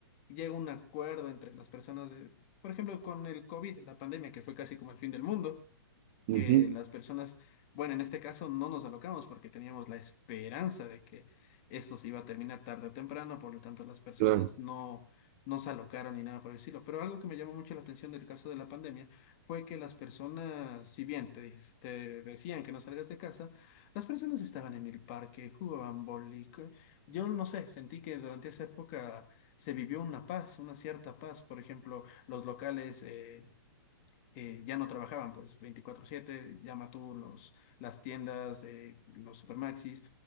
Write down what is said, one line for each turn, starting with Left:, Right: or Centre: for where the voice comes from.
Left: llega un acuerdo entre las personas de, por ejemplo, con el COVID, la pandemia, que fue casi como el fin del mundo
Right: Uh
Left: que
Right: -huh,
Left: las personas, bueno, en este caso no nos alocamos porque teníamos la esperanza de que esto se iba a terminar tarde o temprano, por lo tanto las personas
Right: claro.
Left: no, no se alocaron ni nada por el estilo. Pero algo que me llamó mucho la atención del caso de la pandemia fue que las personas, si bien te, dis- te decían que no salgas de casa, las personas estaban en el parque, jugaban boli. co- Yo no sé, sentí que durante esa época se vivió una paz, una cierta paz. Por ejemplo, los locales... eh, eh, ya no trabajaban pues 24/7, llama tú los, las tiendas, eh, los supermaxis,